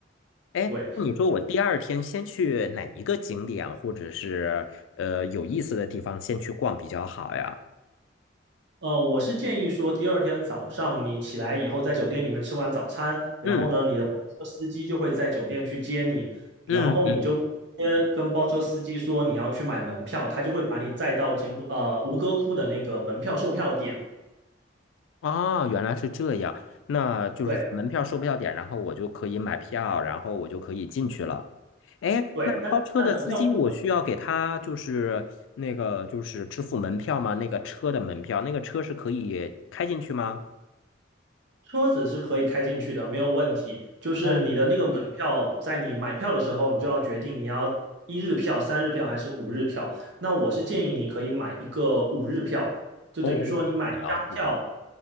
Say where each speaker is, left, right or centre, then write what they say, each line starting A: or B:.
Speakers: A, on the left; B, on the right.
A: 哎，
B: 对，
A: 那你说我第二天先去哪一个景点，或者是呃有意思的地方先去逛比较好呀？
B: 呃，我是建议说，第二天早上你起来以后，在酒店里面吃完早餐，然后呢，
A: 嗯
B: 你的包车司机就会在酒店去接你，然后你就直接跟包车司机说你要去买门票，
A: 嗯嗯
B: 他就会把你载到柬埔呃吴哥窟的那个门票售票点。
A: 哦，原来是这样，那就是门票、
B: 对
A: 售票点，然后我就可以买票，然后我就可以进去了。哎，
B: 对，
A: 那包车的司机，
B: 但但门票售票
A: 我需要给他就是那个就是支付门票吗？那个车的门票，那个车是可以开进去吗？
B: 车子是可以开进去的，没有问题。就是你的那个门票，
A: 哦，
B: 在你买票的时候，你就要决定你要一日票、三日票还是五日票。那我是建议你可以买一个五日票。就等于说你买一张票，
A: 哦，了解。